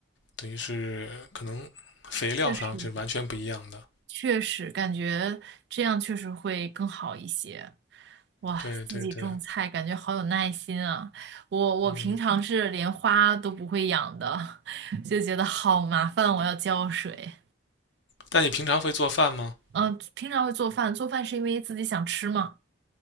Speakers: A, on the left (about 65°); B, on the right (about 55°).
A: 等于是可能肥料上是完全不一样的。
B: 确实。确实感觉这样确实会更好一些。哇，
A: 对对对，
B: 自己种菜感觉好有耐心啊！我我平常是连花都不会养的，
A: 嗯，
B: <laughs> 就觉得好麻烦，我要浇水。
A: 那你平常会做饭吗？
B: 嗯，平常会做饭，做饭是因为自己想吃嘛，